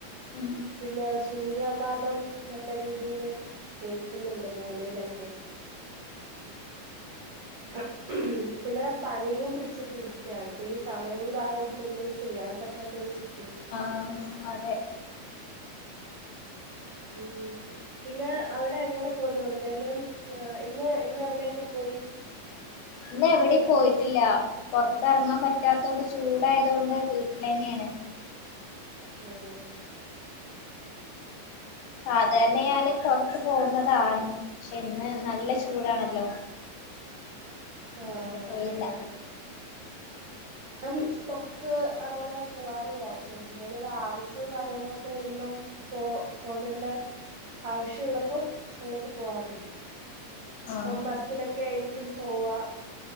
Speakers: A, on the left (about 80°); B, on the right (about 55°).
A: ഉം
B: പിന്നെ സൂര്യാഘാതം നല്ല രീതിയില് തേക്കുന്നുണ്ട് ബോഡിയിലൊക്കെ ഹ പിന്നെ പനിയും പിടിച്ചിട്ടിരിക്ക്യാണ് ഇപ്പൊ ഈ സമയം കൂടെ ആയതുകൊണ്ട് ഒന്നും ചെയ്യാൻ പറ്റാത്ത ഒരു സ്വിറ്റ്
A: ആഹ് അതെ
B: ഉം പിന്നെ അവടെ എങ്ങനെ പോന്നു എന്തേലും ഇന്ന് ഇന്ന് എവിടെയൊക്കെ പോയി
A: ഇന്ന് എവിടീം പോയിട്ടില്ല പൊറത്ത് എറങ്ങാ പറ്റാത്തോണ്ട് ചൂടായത് കൊണ്ട് വീട്ടിലെന്നേണ്
B: ഓഹ്
A: സാധാരണ ഞാന് പൊറത്ത് പോവുന്നതാണ് ക്ഷെ ഇന്ന് നല്ല ചൂടാണല്ലോ അതുകൊണ്ട്
B: ആഹ്
A: പോയില്ല
B: അതെ അതെ ആൻ പൊറ്ത്ത് അങ്ങനെ പുവാറില്ല ക്ഷെ എന്തേലും ഒരു ആവശ്യോ കാര്യങ്ങളൊക്കെ വെരുമ്പം പോ പോകേണ്ടെ ആവശ്യ ഉള്ളപ്പോം അങ്ങോട്ട് പോവാറ്ണ്ട്
A: ആഹ്
B: ഇപ്പം ബസ്സിലൊക്കെ ആയിരിക്കും <unintelligible> പോവാ